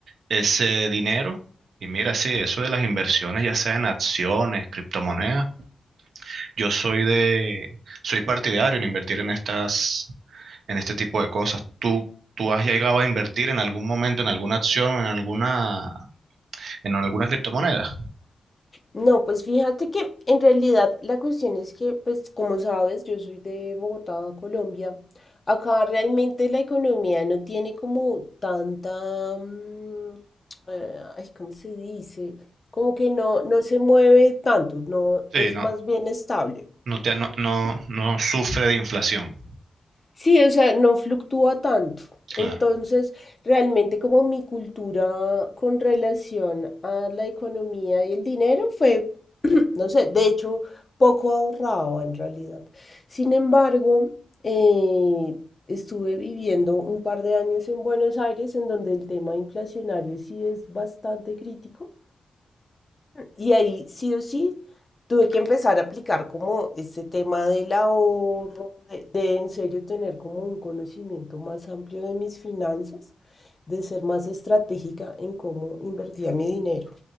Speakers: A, on the right (about 75°); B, on the left (about 30°).
A: ese dinero. Y mira, sí, eso de las inversiones, ya sea en acciones, criptomonedas, yo soy de, soy partidario en invertir en estas, en este tipo de cosas. ¿Tú, tú has llegado a invertir en algún momento en alguna acción, en alguna, en alguna criptomoneda?
B: No, pues fíjate que en realidad la cuestión es que, pues como sabes, yo soy de Bogotá, Colombia. Acá realmente la economía no tiene como tanta, mm, eh, ay, ¿cómo se dice? Como que no, no se mueve tanto, no
A: Sí,
B: es
A: no,
B: más bien estable.
A: no te, no, no, no sufre de inflación.
B: Sí, o sea, no fluctúa tanto.
A: Claro,
B: Entonces, realmente como mi cultura con relación a la economía y el dinero fue, <clears throat> no sé, de hecho, poco ahorraba en realidad. Sin embargo, eh, estuve viviendo un par de años en Buenos Aires, en donde el tema inflacionario sí es bastante crítico. Y ahí sí o sí tuve que empezar a aplicar como este tema del ahorro, de, de en serio tener como un conocimiento más amplio de mis finanzas, de ser más estratégica en cómo invertía mi dinero.